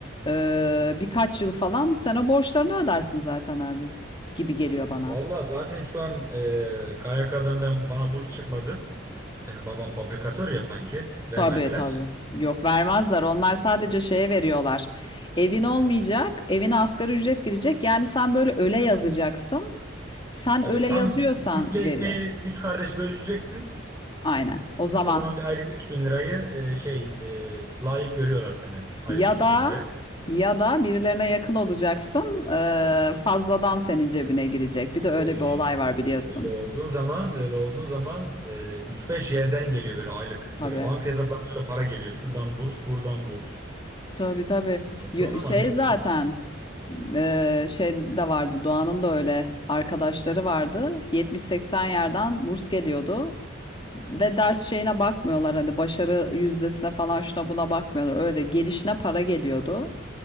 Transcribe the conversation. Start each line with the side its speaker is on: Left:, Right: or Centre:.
Left: e, birkaç yıl falan sen o borçlarını ödersin zaten abi gibi geliyor bana.
Right: Vallahi zaten şu an eee KYK'dan ben bana burs çıkmadı. Benim babam fabrikatör ya sanki. Vermediler.
Left: Tabii tabii. Yok vermezler. Onlar sadece şeye veriyorlar. Evin olmayacak, evine asgari ücret girecek. Yani sen böyle öyle yazacaksın. Sen
Right: Böyle
Left: öyle
Right: tam
Left: yazıyorsan
Right: küflü
Left: veriyor.
Right: ekmeği 3 kardeş bölüşeceksin.
Left: Aynen. O zaman
Right: O zaman bir aylık 3000 lirayı e, şey e, layık görüyorlar seni aylık
Left: ya
Right: 3000
Left: da
Right: liraya.
Left: ya da birilerine yakın olacaksın. eee, fazladan senin cebine girecek. Bir de öyle
Right: Oy
Left: bir olay var
Right: ö-
Left: biliyorsun.
Right: öyle olduğun zaman öyle olduğun zaman e, 3-5 yerden geliyor böyle aylık.
Left: Tabii.
Right: Öyle banka hesaplarına öyle para geliyor. Şuradan burs, buradan burs.
Left: Tabii tabii.
Right: Öyle olduğun
Left: Yo-
Right: zaman
Left: Şey
Right: hiç sıkıntı
Left: zaten
Right: yok.
Left: eee, şey de vardı. Doğan'ın da öyle arkadaşları vardı. 70-80 yerden burs geliyordu. Ve ders şeyine bakmıyorlar hani başarı yüzdesine falan şuna buna bakmıyorlar. Öyle gelişine para geliyordu